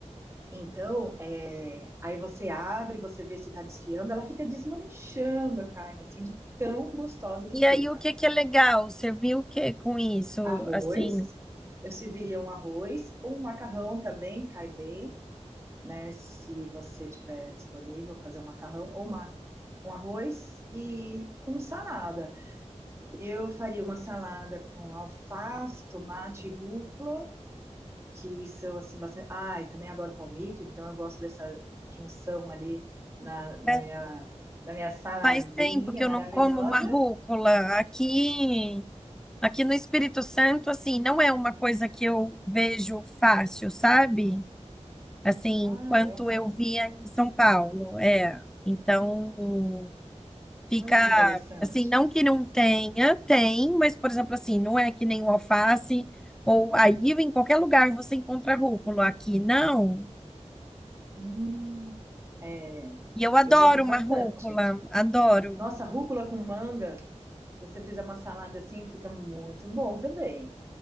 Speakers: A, on the right (about 25°); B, in the centre.
A: Então, é, aí você abre, você vê se está desfiando, ela fica desmanchando a carne, assim, de tão gostosa que
B: E
A: fica.
B: aí o que que é legal? Você viu o que com isso?
A: Arroz,
B: Assim,
A: eu serviria um arroz, um macarrão também cai bem, né? Se você tiver disponível, fazer um macarrão ou uma, um arroz e com salada. Eu faria uma salada com alface, tomate, rúcula que são assim bastante. Ah, e também adoro palmito, então eu gosto dessa junção ali na, na
B: É,
A: minha da minha saladinha
B: faz tempo que eu
A: maravilhosa.
B: não como uma rúcula aqui. Aqui no Espírito Santo, assim, não é uma coisa que eu vejo fácil, sabe? Assim,
A: Ah,
B: quanto
A: é?
B: eu via em São Paulo, é. Então, fica
A: Olha que interessante.
B: assim, não que não tenha, tem, mas por exemplo, assim, não é que nem o alface ou aí em qualquer lugar você encontra rúcula, aqui não.
A: Hum, é,
B: E eu adoro
A: eu gosto
B: uma
A: bastante.
B: rúcula, adoro.
A: Nossa, rúcula com manga, se você fizer uma salada assim, fica muito bom também.